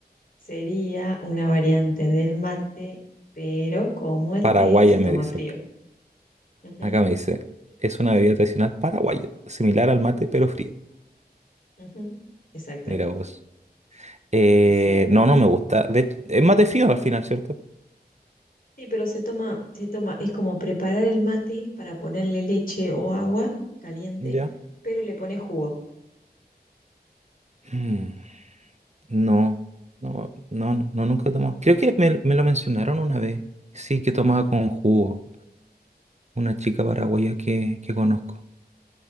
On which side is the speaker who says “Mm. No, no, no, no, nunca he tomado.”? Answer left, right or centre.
Right